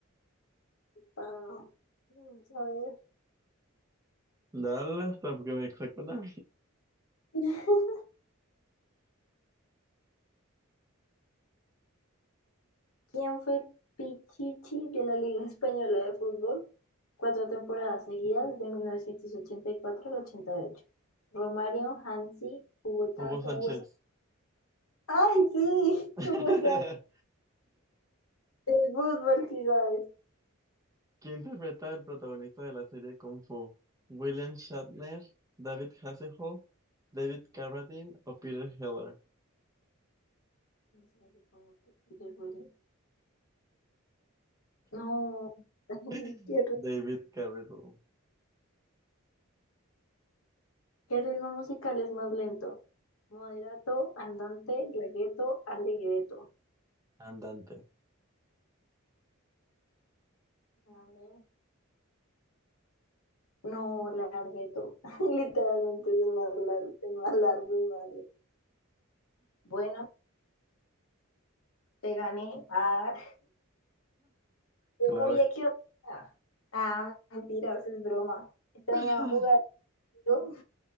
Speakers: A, on the left; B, on the right.
A: Ah, vamos a ver.
B: Dale hasta porque me saco una.
A: <laughs> ¿Quién fue Pichichi de la Liga Española de Fútbol? Cuatro temporadas seguidas de 1984 al 88. Romario, Hansi, Hugo, Tan-
B: <laughs> Hugo Sánchez.
A: Hugo San- ¡Ay, sí! <laughs>
B: <laughs>
A: Hugo Sánchez, del fútbol, sí sabes.
B: ¿Quién interpreta al protagonista de la serie Kung Fu? ¿William Shatner, David Hasselhoff, David Carradine o Peter Heller?
A: No sé, supongo que Peter Williams. No, <laughs>
B: <laughs>
A: ¿qué, ri-
B: David Carradine,
A: qué ritmo musical es más lento? Moderato, andante, largueto, allegretto.
B: andante.
A: A ver. No, largueto. <laughs> Literalmente es el más largo, el más largo y más lento. Bueno, te gané. Ah, yo
B: Claro.
A: sabía que iba a pasar. Ah, mentira, eso es broma. Extrañaba
B: <laughs>
A: jugar contigo.